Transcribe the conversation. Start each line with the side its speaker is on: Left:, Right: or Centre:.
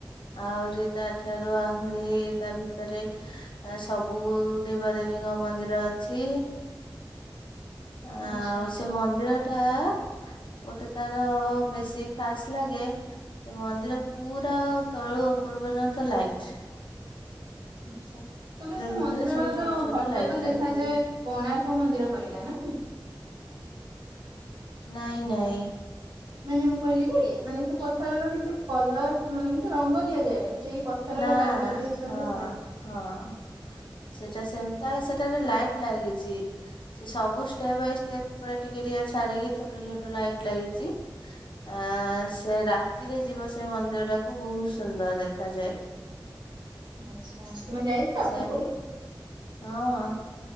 Left: ଆହୁରି ତା ଠାରୁ ଆହୁରି ତା ଭିତ ଭିତରେ ସବୁ ଦେବାଦେବୀଙ୍କ ମନ୍ଦିର ଅଛି। ଆ
Right: ଆଚ୍ଛା
Left: ଆଉ ସେ ମନ୍ଦିର ଟା ଗୋଟେ ତାର ବେଶୀ ଖାସ ଲାଗେ ସେ ମନ୍ଦିର ପୁରା ତଳୁ ଉପର ପର୍ଯ୍ୟନ୍ତ ଲାଇଟି୍।
Right: ଆଛା ତାପରେ ସେ
Left: ଭିତରେ
Right: ମନ୍ଦିରର
Left: ସବୁ ଛୋଟ ଛୋଟ
Right: ଫଟୋ
Left: ଲାଇଟ୍
Right: ତ ଦେଖାଯାଏ
Left: ଲାଗିଛି।
Right: କୋଣାର୍କ ମନ୍ଦିର ପରିକା ନାଇଁ?
Left: ନାଇଁ ନାଇଁ
Right: ମାନେ ମୁଁ କହିଲି କି ମାନେ ସେ ପଥରର କିଛି କଲର ମାନେ କିଛି ରଙ୍ଗ ଦିଆଯାଏନି। ସେଇ ପଥରର
Left: ନା
Right: କାରୁକାର୍ଯ୍ୟ ହିସାବରେ
Left: ହଁ
Right: ଥାଏ।
Left: ହଁ ସେଟା ସେମିତି ଥାଏ ସେଟାରେ ଲାଇଟ୍ ଲାଗି ଚି ସେ ସବୁ ଷ୍ଟେପ ବାଇ ଷ୍ଟେପ ପୁରା ଟିକେ ଟିକେ ଛାଡିକି ଛୋଟ ଛୋଟ ଲାଇଟ ଲାଗି ଚି ଆ ସେ ରାତିରେ ଯିବ ସେ ମନ୍ଦିର ଟାକୁ ବହୁତ ସୁନ୍ଦର ଦେଖାଯାଏ।
Right: ଆଚ୍ଛା ତମେ ଯାଇଥିଲ
Left: ସେ
Right: ବୁଲି?
Left: ହଁ।